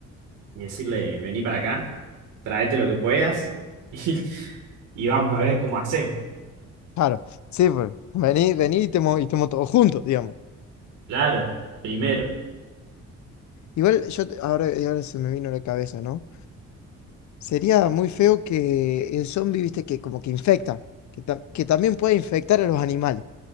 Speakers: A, on the right; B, on the left.
A: y decirle, vení para acá, tráete lo que puedas <laughs> y, y vamos a ver cómo hacemos.
B: claro, sí, pues, vení, vení y estemos, y estemos todos juntos, digamos.
A: Claro, primero.
B: Igual yo, te- ahora, ahora se me vino a la cabeza, ¿no? Sería muy feo que el zombie, viste, que como que infecta, que, ta- que también puede infectar a los animales.